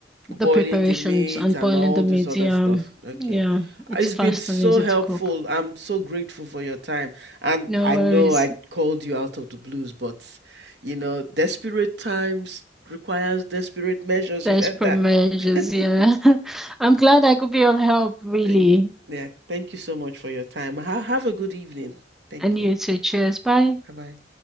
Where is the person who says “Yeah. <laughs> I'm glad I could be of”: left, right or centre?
Centre